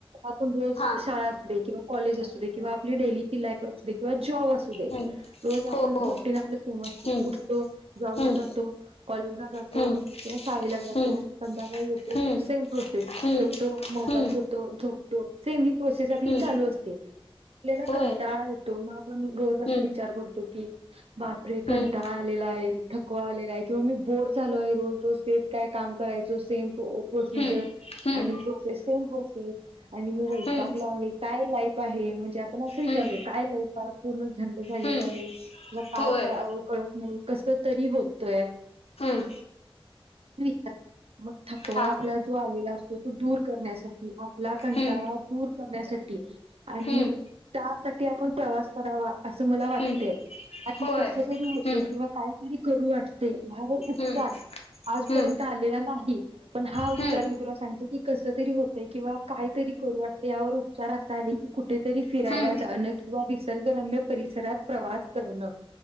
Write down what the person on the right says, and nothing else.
आपण रोज
शाळा असूदे, किंवा कॉलेज असू दे, किंवा आपली डेली लाईफ असूदे, किंवा जॉब असु दे,
रोज आपण
रुटीन आपलं सेम असतं,
उठतो जॉबला
जातो, कॉलेजला जातो
किंवा शाळेला जातो,
संध्याकाळी येतो
सेम प्रोसेस
जेवतो मग
मोबाईल घेतो झोपतो, सेम ही प्रोसेस आपली
चालू असते, आपल्याला
कं टाळा येतो, मग आपण रोज असं
विचार करतो की बापरे कंटाळा
आलेला आहे. थकवा आलेला आहे, किंवा मी बोर झालो आहे, रोज, रोज तेच काय काम करायचं सेम प्रोसिजर
आणि प्रोसेस सेम प्रोसेस, आणि मी वैतागलो
आहे काय लाईफ आहे, म्हणजे आपण असं
विचार कर काय लाईफ आहे, पूर्ण झंड झालेली
आहे किंवा काय
करावं कळत नाही कसं तरी होतंया
नाही का मग थकवा
आपला जो आलेला अस तो तो दूर करण्यासाठी आपला कंटाळा
दूर करण्यासाठी आणि
त्यासाठी आपण प्रवास करावा, असं मला वाटतय.
असं
कसं तरी होतंय,
किंवा कायतरी करू वाटतंय ह्यावर उपचार
आजपर्यंत
आलेला नाही. पण हा उपचार
मी तुला सांगते की, कसं तरी होतय किंवा काय तरी करू वाटतेय, यावर उपचार असा आहे की, कुठेतरी फिरायला
जाणं किंवा निसर्गरम्य परिसरात प्रवास करणं.